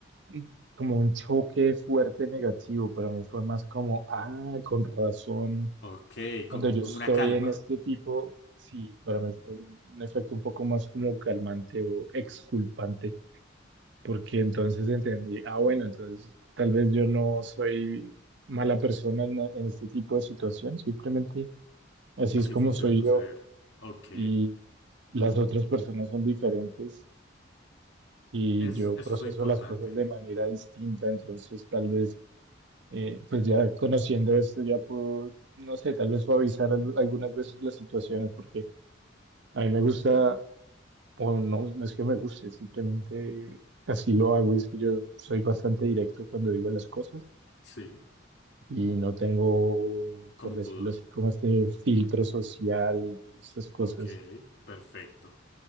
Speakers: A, on the right (about 65°); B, on the left (about 65°).
A: mm, como un choque fuerte negativo, para mí fue más como, ah, con razón,
B: Ok, como,
A: cuando yo
B: como
A: estoy
B: una calma.
A: en este tipo, sí, para mí fue un efecto un poco más como calmante o exculpante, porque entonces entendí, ah, bueno, entonces tal vez yo no soy mala persona en, en este tipo de situación, simplemente así
B: Así
A: es como
B: funciona
A: soy
B: tu
A: yo
B: cerebro. Ok.
A: y las otras personas son diferentes y
B: Es,
A: yo
B: eso
A: proceso
B: es lo importante.
A: las cosas de manera distinta, entonces tal vez, eh, pues ya conociendo esto, ya puedo, no sé, tal vez suavizar al- algunas veces las situaciones, porque a mí me gusta, o no, no es que me guste, simplemente así lo hago, y es que yo soy bastante directo cuando digo las cosas
B: Sí,
A: y no tengo,
B: como
A: por decirlo
B: pudor.
A: así, como este filtro social, esas cosas,
B: Ok, perfecto.